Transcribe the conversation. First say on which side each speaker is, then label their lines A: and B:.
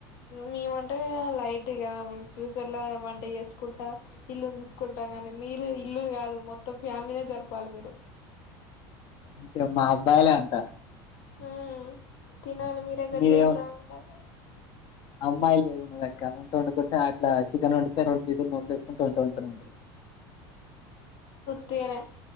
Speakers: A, on the left; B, on the left.
A: మేమంటే లైట్గా మేం ఫ్యూచర్లో వంట చేసుకుంటా ఇల్లును చూసుకుంటా మీరు ఇల్లులు కాదు మొత్తం ఫ్యామిలీనే జరపాలి మీరు
B: ఇక మా అబ్బాయిలే అంతా
A: ఉమ్ ఆ తినాలి మీరే గట్టిస్త్రాంగ్
B: మీదేం
A: ఉండాలి
B: అమ్మాయిలు లేదు అక్క వంట వండుకుంటే అట్లా సికెన్ వండితే అట్లా రెండు పీసులు నోట్లో ఎస్ కొంటు ఉంటారు
A: ఉట్టిగానే